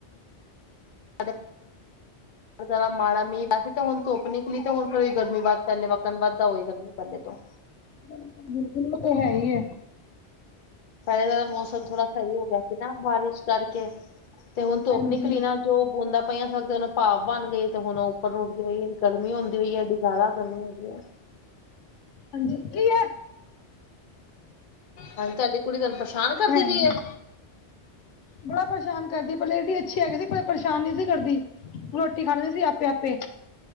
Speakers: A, on the left; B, on the left.
A: <inaudible> ਜ਼ਰਾ ਮਾੜਾ ਮੀਹ ਵੈਸੇ ਤੇ ਹੁਨ ਧੁੱਪ ਨਿਕਲੀ ਤੇ ਫਿਰ ਈ ਗਰਮੀ ਵਧ ਪਹਿਲੇ ਵੱਕਣ ਵੱਧਦਾ ਹੋਏਗਾ ਗਰਮੀ ਪਹਿਲੇ ਤੋਂ
B: ਬਿਲਕੁਲ-ਬਿਲਕੁਲ ਓ ਤੇ ਹੈਈ ਐ।
A: ਪਹਿਲੇ ਤੇ ਤਾਂ ਮੌਸਮ ਥੋੜਾ ਸਈ ਹੋ ਗਿਆ ਸੀ ਨਾ ਬਾਰਿਸ਼ ਕਰਕੇ, ਤੇ ਹੁਨ ਧੁੱਪ
B: ਹਾਂਜੀ
A: ਨਿਕਲੀ ਨਾ ਜੋ ਬੂੰਦਾਂ ਪਈਆਂ ਸਕਦੇ ਉਹ ਭਾਫ ਬਣ ਗਈ ਏ ਤੇ ਹੁਣ ਉੱਪਰ ਉੱਠਦੀ ਹੋਈ ਐ ਗਰਮੀ ਹੁੰਦੀ ਹੋਈ ਐ ਜ਼ਾਦਾ ਗਰਮੀ ਹੁੰਦੀ ਐ।
B: ਹਾਂਜੀ, ਕੀ ਐ
A: ਹਾਂਜੀ, ਤੁਹਾਡੀ ਕੁੜੀ ਤਾਨੂੰ ਪਰਸ਼ਾਨ ਕਰਦੀ ਪਈ
B: ਹੀ ਹੈ
A: ਏ।
B: ਬੜਾ ਪਰੇਸ਼ਾਨ ਕਰਦੀ ਏ ਪੇਲੇ ਏਡੀ ਅੱਛੀ ਹੈਗੀ ਸੀ ਕਦੀ ਪਰੇਸ਼ਾਨ ਨਹੀਂ ਸੀ ਕਰਦੀ। ਰੋਟੀ ਖਾ ਲੈਂਦੀ ਸੀ ਆਪੇ-ਆਪੇ।